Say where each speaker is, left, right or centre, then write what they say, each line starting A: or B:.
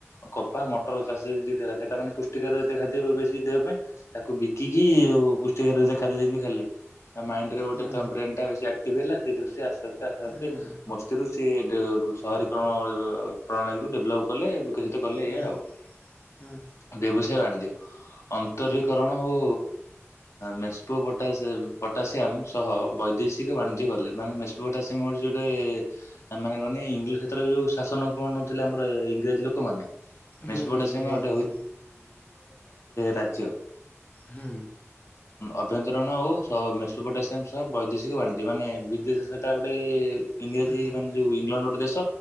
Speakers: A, on the left; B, on the left.
A: କପା ମଟର ଚାଷ ଦିଟା ସେଇଟା ମାନେ ପୁଷ୍ଟିକର ଯେତେ ଖାଦ୍ୟ ବେଶୀ ଦେହ ପାଇଁ। ତାକୁ ବିକି ପୁଷ୍ଟିକାର ଖାଦ ଯେମିତି ଖାଲି ମାଇଣ୍ଡ ରେ ଗୋଟେ
B: ହଁ
A: ବ୍ର ଟା ବେଶ ଆକ୍ଟିଭ ହେଲା ସେଇ ଦ ଆସ୍ତେ ଆସ୍ତେ ଆସ୍ତେ ଆସ୍ତେ
B: ହଁ
A: ମସ୍ତିରୁ ସହରୀକରଣ ବ ପ୍ରଣାଳୀକୁ ଡେଭଲପ୍ କଲେ ବିକଶିତ କଲେ
B: ହଁ ହଁ
A: ଏଇ ଆଉ।
B: ହଁ
A: ବ୍ୟବସାୟ ବାଣିଜ୍ୟ ଅନ୍ତରୀକରଣ
B: ହଁ
A: ଓ ମେସ୍ପୋା ପଟାସିୟମ୍ ସହ ବୈଦେଶିକ ବାଣିଜ୍ୟ କଲେ ମାନେ ଶୁ ସେ ମୋର ଯେ ଗୋଟେ ମାନେ କହନେ ଇଂଲିଶ୍ଷତରେ ଯେଉଁ ଶାସନ। ପଢୁନଥିଲେ ଆମର ଇଂରାଜୀ ଲୋକ ମାନେ, <unintelligible>
B: ହୁଁ
A: ଗୋଟେ
B: ଇଂରାଜୀ ଲୋକ
A: ରାଜ୍ୟ।
B: ହୁଁ
A: ଆଭ୍ୟନ୍ତରଣ ଓଉ ମେସପୋ ପୋଟାସିୟମ୍ ସବ ବୈଦେଶିକ ବାଣିଜ୍ୟ ମାନେ ବିଦେଶ ସେଇଟା ଗୋଟେ ଇଂରାଜୀ
B: ହୁଁ
A: ମାନେ ଯେଉଁ ଇଂଲଣ୍ଡ ଗୋଟେ ଦେଶ